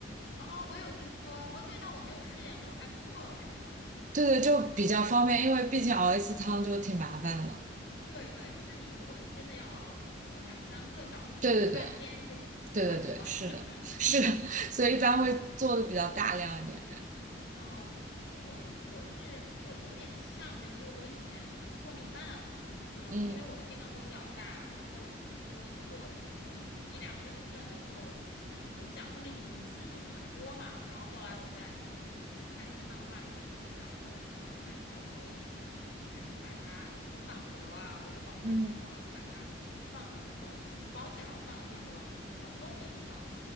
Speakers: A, on the left; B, on the right.
A: 哦，我有听说，哦对，但我没有试验过，还不错是吗？
B: 对对，
A: 哦，
B: 就比较方便，因为毕竟熬一次汤就挺麻烦的嘛。
A: 对对，就是你如果真的要熬，比如说两三个小时，
B: 对对对
A: 你想半天就过去了。
B: 对对对，
A: <laughs>
B: 是的，<laughs> 是的，<laughs> 所以一般会做的比较大量一点。
A: 哦，我我是就有点像这个，就是我以前做米饭，嗯、
B: 嗯
A: 因为我那个电饭锅比较大，然后比如说做嗯、呃一两个人份的就怎么讲，就是你一次就是很多嘛。然后后来我在我就看那个漫画里面就讲，他说你做完米饭以后可以就是把它用饭盒啊或者保鲜膜啊就把它放到那个就是包起来，
B: 嗯
A: 然后放到那个冷冻的地方，